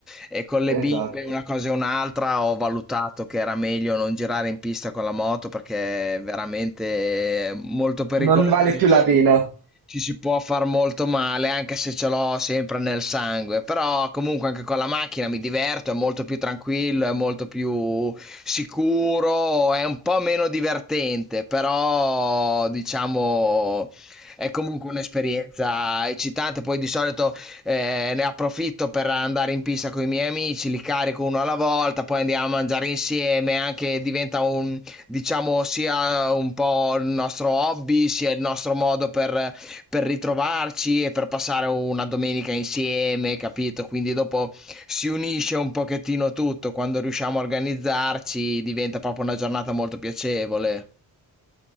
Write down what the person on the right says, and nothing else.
Esatto.
Non ne vale più la pena.